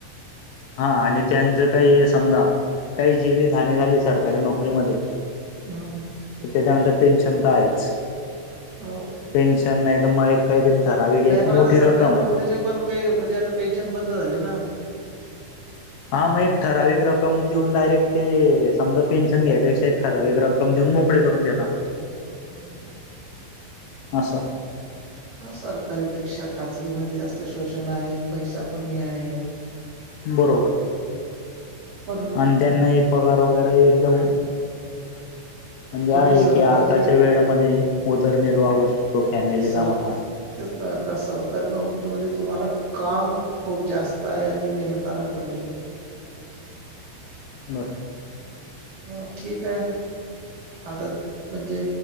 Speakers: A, on the left; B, on the right.
A: हा आणि त्यांचं काही समजा काही जीवितहानी झाली सरकारी नोकरीमध्ये.
B: हम!
A: तेच्यानंतर पेन्शन तर आहेच.
B: हो.
A: पेन्शन नाही तर मग एक काहीतरी ठरावीक
B: नाही
A: एक
B: पण
A: मोठी
B: आता सरकारी
A: रक्कम.
B: नोकरीचे पण काही ते म्हणजे आता पेन्शन बंद झाले ना.
A: हा मग एक ठराविक रक्कम देऊन डायरेक्ट ते समजा पेन्शन घ्यायपेक्षा एक ठराविक रक्कम. कम देऊन मोकळे करून देता.
B: हम्म!
A: अस.
B: हा सरकारीपेक्षा खाजगी मध्ये जास्त शोषण आहे पैसा कमी आहे.
A: बरोबर
B: पण
A: आंध्यान हे पगार वगैरे हे एकदम म्हणजे
B: तुम्ही
A: आहे
B: सरकारी
A: की आताच्या वेळेमध्ये उदरनिर्वाह होऊ शकतो फॅमिलीचा
B: सर
A: म्हणा.
B: तेच ना आता सरकारी नोकरीमध्ये तुम्हाला काम खूप जास्त आहे आणि मेहनताना कमी आहे.
A: म
B: हा ठीक आहे. आता म्हणजे